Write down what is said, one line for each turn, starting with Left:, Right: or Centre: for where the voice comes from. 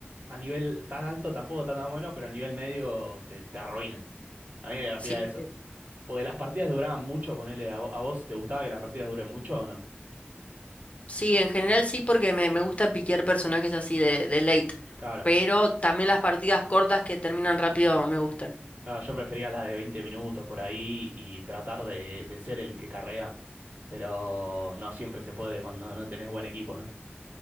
Right: a nivel tan alto tampoco está tan bueno, pero a nivel medio te, te arruina. A mí me divertía
Left: Sí,
Right: eso.
Left: sí.
Right: Porque las partidas duraban mucho, ponele, a, vo- a vos, ¿te gustaba que las partidas duren mucho o no?
Left: Sí, en general sí, porque me, me gusta piquear personajes así de, de late,
Right: Claro.
Left: pero también las partidas cortas que terminan rápido me gustan.
Right: No, yo prefería las de 20 minutos por ahí y tratar de, de ser el que carrea. Pero no siempre se puede cuando no tenés buen equipo, ¿no?